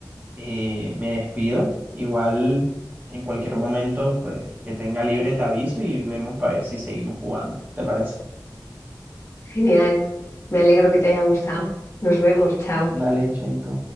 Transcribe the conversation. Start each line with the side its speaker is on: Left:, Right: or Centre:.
Right: eh, me despido. Igual en cualquier momento, pues que tenga libre te aviso y vemos para ver si seguimos jugando. ¿Te parece?
Left: genial. Me alegro que te haya gustado. Nos vemos, chao.
Right: Dale, Chaito.